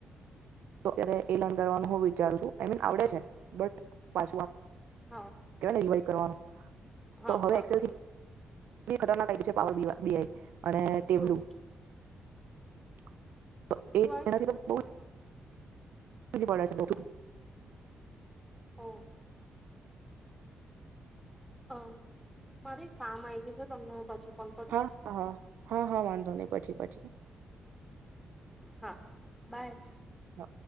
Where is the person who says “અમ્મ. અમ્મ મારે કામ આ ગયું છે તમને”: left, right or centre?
Centre